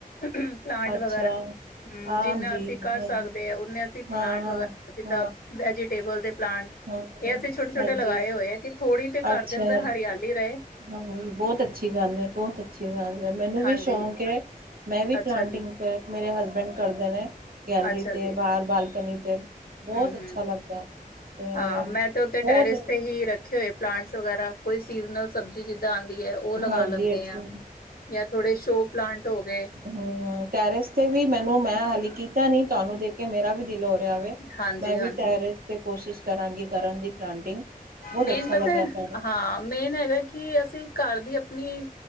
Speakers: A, on the left; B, on the right.
A: ਪਲਾਂਟ
B: ਅੱਛਾ
A: ਵਗੈਰਾ, ਹੂੰ,
B: ਹਾਂਜੀ
A: ਜਿੰਨਾ ਅਸੀਂ ਕਰ
B: ਹਾਂਜੀ
A: ਸਕਦੇ ਆ ਓਨੇ ਅਸੀਂ ਪਲਾਂਟ
B: ਹਾਂ
A: ਵਗੈਰਾ ਜਿੱਦਾਂ
B: ਹਾਂ
A: <inaudible>
B: ਹਾਂ ਹਾਂ
A: ਇਹ ਅਸੀਂ ਛੋਟੇ-ਛੋਟੇ
B: ਹਾਂਜੀ
A: ਲਗਾਏ ਹੋਏ ਆ, ਕਿ ਥੋੜ੍ਹੀ ਦੇ ਘਰ
B: ਅੱਛਾ
A: ਦੇ ਅੰਦਰ ਹਰਿਆਲੀ ਰਹੇ।
B: ਹਾਂਜੀ, ਬਹੁਤ ਅੱਛੀ ਗੱਲ ਏ, ਬਹੁਤ ਅੱਛ ਗੱਲ ਏ, ਮੈਨੂੰ
A: ਹਾਂਜੀ,
B: ਵੀ ਸ਼ੌਂਕ ਏ, ਮੈਂ ਵੀ
A: ਅੱਛਾ
B: ਪਲਾਂਟਿੰਗ
A: ਜੀ,
B: ਮੇਰੇ ਹਸਬੈਂਡ ਕਰਦੇ ਨੇ। ਗੈਲਰੀ
A: ਅੱਛਾ
B: 'ਤੇ
A: ਜੀ,
B: ਬਾਹਰ ਬਾਲਕਨੀ ਤੇ, ਬਹੁਤ
A: ਹੂੰ-ਹੂੰ।
B: ਅੱਛਾ ਲੱਗਦਾ। ਤੇ
A: ਹਾਂ, ਮੈਂ ਤੇ ਉੱਥੇ
B: ਬਹੁਤ
A: ਟੈਰਿਸ ਤੇ ਹੀ ਰੱਖੇ ਹੋਏ ਪਲਾਂਟਸ ਵਗੈਰਾ, ਕੋਈ ਸੀਜਨਲ ਸਬਜ਼ੀ ਜ ਦਾਂ ਆਂਦੀ ਏ, ਉਹ ਲਗਾ
B: ਹਾਂਜੀ
A: ਲੇਂਨੇ
B: ਅੱਛੀ
A: ਆ, ਯਾ ਥੋੜੇ ਸ਼ੋ ਪਲਾਂਟ ਹੋਗੇ।
B: ਹੂੰ, ਟੈਰਿਸ ਤੇ ਵੀ ਮੈਨੂੰ ਮੈਂ ਹਾਲੀ ਕੀਤਾ ਨੀ, ਤੁਹਾਨੂੰ ਦੇਖਕੇ ਮੇਰਾ ਵੀ ਦਿਲ ਹੋ ਰਿ
A: ਹਾਂਜੀ-ਹਾਂਜੀ
B: ਮੈਂ ਵੀ ਟੈਰਿਸ ਤੇ ਕੋਸ਼ਿਸ਼ ਕਰਾਂਗੀ ਕਰਨ ਦੀ, ਪਲਾਂਟਿੰਗ। ਬਹੁਤ
A: ਮੇਨ
B: ਅੱਛਾ
A: ਪਤਾ
B: ਲੱਗਿਆ
A: ਏ,
B: ਤੁਹਾਡਾ
A: ਹਾਂ, ਮੇਨ ਹੈਗਾ ਕਿ ਅਸੀਂ ਘਰ ਦੀ ਅਪਨੀ